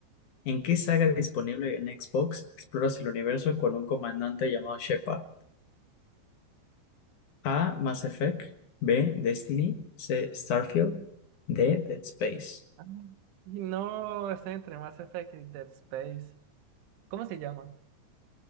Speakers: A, on the left (about 60°); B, on the right (about 85°).
A: ¿En qué saga disponible en Xbox exploras el universo con un comandante llamado Shepard? A. Mass Effect. B. Destiny. C. Starfield. D. Dead Space.
B: Ah, y No, está entre Mass Effect y Dead Space. ¿Cómo se llama?